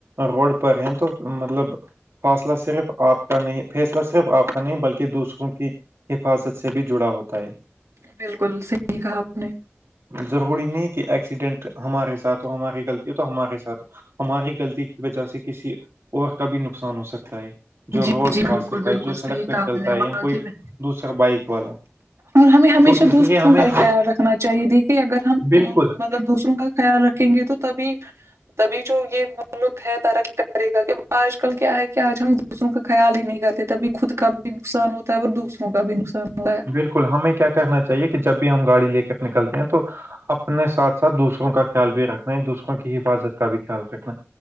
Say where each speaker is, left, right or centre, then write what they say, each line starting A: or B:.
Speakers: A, on the right; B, on the right.
A: روڈ پر ہیں تو مطلب فاصلہ صرف آپ کا نہیں فیصلہ صرف آپ کا نہیں بلکہ دوسروں کی حفاظت سے بھی جڑا ہوتا ہے
B: بالکل صحیح کہا آپ نے
A: ضروری نہیں کہ ایکسیڈنٹ ہمارے ساتھ ہو ہماری غلطی ہو تو ہمارے ساتھ ہو ہماری غلطی کی وجہ سے کسی اور کا بھی نقصان ہو سکتا ہے جو
B: جی
A: روڈ
B: جی
A: کراس
B: بالکل
A: کرتا
B: بالکل
A: ہے جو سڑک
B: صحیح
A: پہ
B: کہا آپ
A: چلتا
B: نے
A: ہے
B: واقعی
A: یا کوئی
B: میں
A: دوسرا بائک والا
B: اور ہمیں ہمیشہ
A: تو اس
B: دوسروں
A: لیے ہمیں
B: کا بھی خیال رکھنا چاہیے دیکھیے اگر ہم
A: بالکل
B: کو مطلب دوسروں کا خیال رکھیں گے تو تبھی تبھی جو یہ ملک ہے ترقی کرے گا کہ آج کل کیا ہے کہ آج ہم دوسروں کا خیال ہی نہیں کرتے تبھی خود کا بھی نقصان ہوتا ہے اور دوسروں کا بھی نقصان ہوتا ہے
A: بالکل ہمیں کیا کرنا چاہیے کہ جب بھی ہم گاڑی لے کر نکلتے ہیں تو اپنے ساتھ ساتھ دوسروں کا خیال بھی رکھنا ہے دوسروں کی حفاظت کا بھی خیال رکھنا